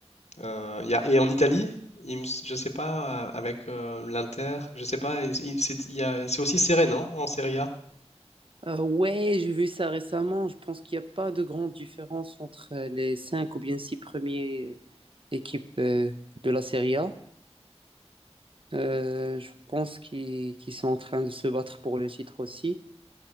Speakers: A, on the left (about 75°); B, on the right (about 50°).
A: Euh, il y a- et en Italie, il me s- je sais pas, euh, avec euh, l'Inter, je sais pas, il- il- c'est il y a- c'est aussi serré, non? En Serie A,
B: Euh, ouais, j'ai vu ça récemment. Je pense qu'il n'y a pas de grande différence entre euh, les cinq ou bien six premières équipes euh, de la Serie A. Euh, je pense qu'ils qu'ils sont en train de se battre pour le titre aussi.